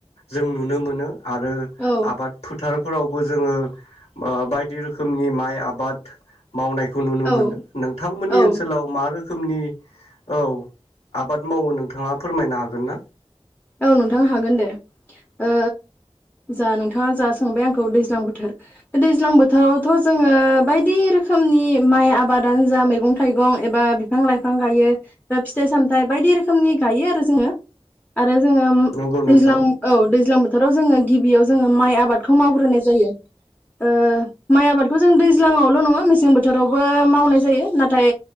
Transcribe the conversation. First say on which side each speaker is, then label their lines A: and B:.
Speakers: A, on the left; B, on the left.
A: जों नुनो मोनो। आरो
B: औ
A: आबाद फोथार फोरावबो जोङो ओ बायदि रोखोमनि माइ आबाद मावनाय खौ नुनो
B: औ
A: मोनो नोंथांमोननि
B: औ
A: ओनसोलाव मा रो खोमनि औ आबाद मावो नोंथाङा फोरमायनो हागोन ना?
B: औ नोंथां हागोन दे ओ जा नोंथाङा जा सोंबाय आंखौ दैज्लां बोथोर दैज्लां बोथोरावथ जोङो बायदि रोखोमनि माइ आबादानो जा मैगं थाइगं एबा बिफां लाइफां गायो बा फिथाइ सामथायाइ बायदि रोखोमनि गायो आरो जोङो आरो जोङो
A: नंगौ नोंथां
B: दैज्लां औ दैज्लां बोथाराव जोङो गिबियाव जोङो। माइ आबादखौ मावग्रोनाय जायो ओ माइ आबादखौ जों दैज्लङावल नङा मेसें बोथोरावबो मावनाय जायो नाथाय